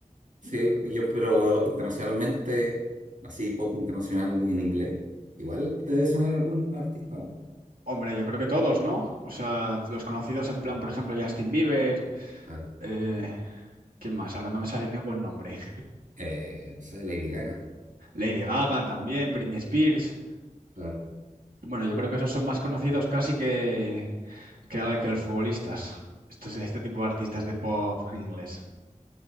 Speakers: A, on the right (about 60°); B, on the right (about 85°).
A: sí, yo, pero internacionalmente, así pop internacional en inglés. Igual te debe sonar algún artista, ¿no?
B: Hombre, yo creo que todos, ¿no? O sea, los conocidos en plan, por ejemplo, Justin Bieber.
A: Claro.
B: eh, ¿quién más? Ahora no me sale ningún nombre.
A: Eh, no sé, Lady Gaga.
B: Lady Gaga también, Britney Spears.
A: Claro.
B: Bueno, yo creo que esos son más conocidos casi que, que, que los futbolistas. Estos, este tipo de artistas de pop inglés.